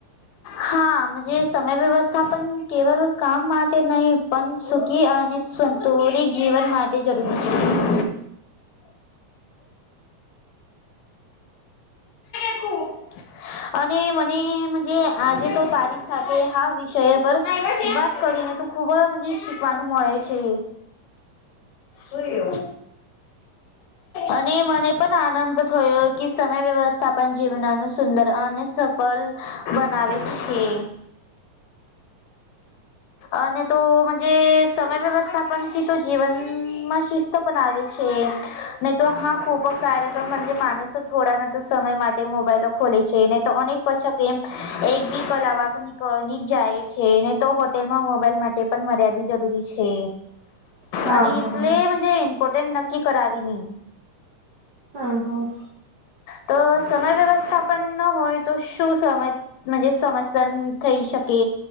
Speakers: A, on the left; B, on the right.
A: હાજ સમય વ્યવસ્થા પણ કેવલ કામ માટે નહીિ પણ સુખી અને સંતુરિત જીવન માટે જરૂરી છે. શું? અને મને આજે તો તારીખ સાથે હા વિષય પર વાત કરીને ખુબ શીખવાનું મળે છે. ક્યો? અને મને પણ આનંદ થયો કે સમય વ્યવસ્થા પણ જીવનનું સુંદર અને સફળ બનાવે છે. અને તોજ સમય વ્યવસ્થાપનથી તો જીવનમાં શિસ્ત પણ આવે છે નહી તો હા ખૂ કાર્યક માણસ થોડા સમય માટે મોબાઈલો ખોલે છે તોક પછા એમ એક બી કલા નીકળની જાય. ને તો હોટેલ માં મોબાઈલ માટે પણ મર્યાદિત જરૂરી છે.
B: હા
A: અને
B: હા
A: એટલેજ ઇમ્પોર્ટન્ટન્ટ નક્કી કરાવવી નહી.
B: હ હા
A: તો સમય વ્યવસ્થાપન ન હોય તો શું સમય સમસ્યા થઈ શકે